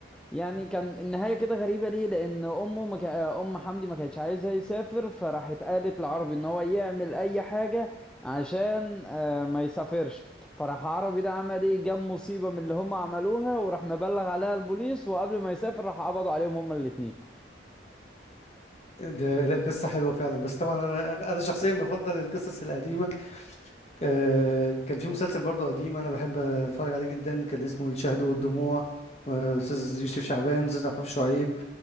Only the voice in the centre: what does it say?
يعني كان النهاية كده غريبة ليه لأن أمه ما كا... آه، أم حمدي ما كانتش عايزة يسافر فراحت قالت لعربي إن هو يعمل أي حاجة عشان آه، ما يسافرش فراح عربي ده عمل إيه جاب مصيبة من اللي هما عملوها وراح مبلغ عليها البوليس وقبل ما يسافر راح قبضوا عليهم هما الاتنين